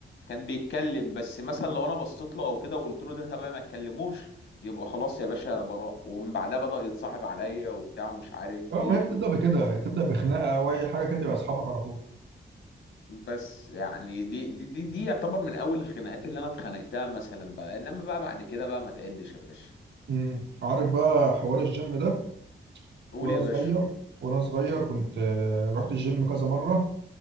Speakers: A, on the left; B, on the right.
A: كان بيتكلم بس مثلا لو انا بصيت له او كده وقلت له ده تبقى ما تكلموش يبقى خلاص يا باشا براء ومن بعدها بدأ يتصاحب عليا وبتاع ومش عارف
B: اه
A: ايه
B: ما هي بتبدا بكده تبدا بخناقه او اي حاجه كده يبقى اصحابك على طول
A: بس يعني دي دي دي, دي يعتبر من اول الخناقات اللي انا اتخانقتها مثلا بقى انما بقى بعد كده بقى ما تعدش يا باشا
B: امم. عارف بقى حوار الجيم ده
A: قول
B: وانا
A: يا باشا
B: صغير وانا صغير كنت آه، رحت الجيم كذا مره